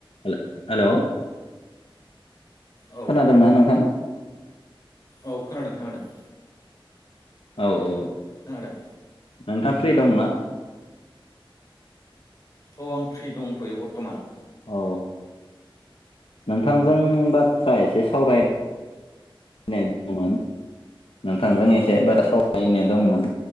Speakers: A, on the left (about 75°); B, on the left (about 40°).
A: हेल हेलौ
B: औ
A: खोनादोंना नोंथां?
B: औ खोनादों खोनादों।
A: औ औ
B: खोनादों
A: नोंथांङा फ्रि दंना
B: औ आं फ्रि दंथ'यो बरथमान
A: औ नोंथांजों बाथ्रा
B: औ
A: एसे सावराय <unintelligible> नोंथांजों एसे बाथ्रा सावराय बायनो
B: औ
A: दंमोन